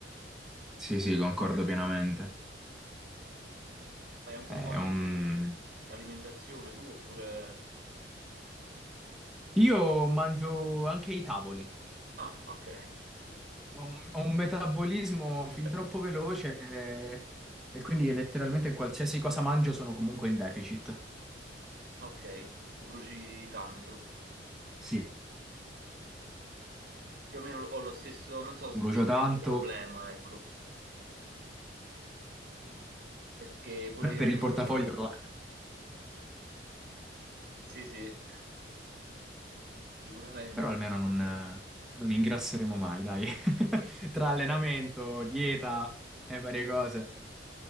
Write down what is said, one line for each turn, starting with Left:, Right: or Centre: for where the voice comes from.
Centre: sì, sì, concordo pienamente.
Right: Fai anche
Centre: È
Right: un po' di
Centre: un-
Right: di alimentazione tu oppure...
Centre: Io mangio anche i tavoli.
Right: Ah, ok.
Centre: Ho un, ho un metabolismo fin
Right: <laughs>
Centre: troppo veloce eh, e quindi letteralmente qualsiasi cosa mangio sono comunque in deficit.
Right: Ok, bruci tanto.
Centre: Sì,
Right: Più o meno ho lo stesso, non so
Centre: brucio
Right: se definirlo
Centre: tanto,
Right: problema, ecco, perché pure
Centre: <laughs>
Right: io
Centre: Per
Right: brucio
Centre: il portafoglio
Right: tanto.
Centre: lo è,
Right: Sì, sì, sicuramente.
Centre: però almeno non, non ingrasseremo mai, dai. <laughs> Tra allenamento, dieta e varie cose.